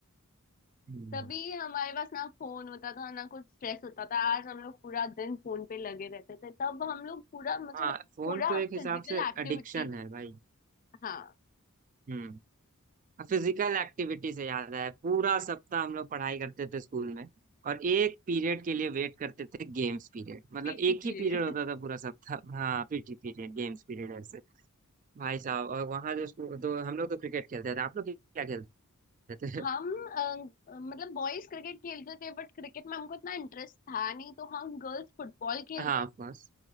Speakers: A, on the right (about 35°); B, on the left (about 40°).
A: हम्म।
B: तभी हमारे पास ना फोन होता था ना कुछ स्ट्रेस होता था आज हम लोग पूरा दिन फोन पे लगे रहते थे तब हम लोग पूरा मुझे
A: हाँ
B: लगता है
A: फोन
B: पूरा
A: तो एक
B: हम
A: हिसाब
B: फिजिकल
A: से
B: एक्टिविटी
A: एडिक्शन है भाई
B: हाँ
A: हम्म फिजिकल एक्टिविटी से याद आया पूरा सप्ताह हम लोग पढ़ाई करते थे स्कूल में और एक पीरियड के लिए वेट करते थे गेम्स पीरियड मतलब
B: पीटी
A: एक
B: पीरियड
A: ही पीरियड होता था पूरा सप्ताह हाँ पीटी पीरियड गेम्स पीरियड ऐसे भाई साहब और वहां जो स्कूल तो हम लोग तो क्रिकेट खेलते थे आप लोग क्या खेलते थे
B: हम अ, मतलब बॉयज क्रिकेट खेलते थे बट क्रिकेट में हमको इतना इंटरेस्ट था नहीं तो हम गर्ल्स फुटबॉल
A: <laughs>
B: खेलते
A: हाँ ऑफ कोर्स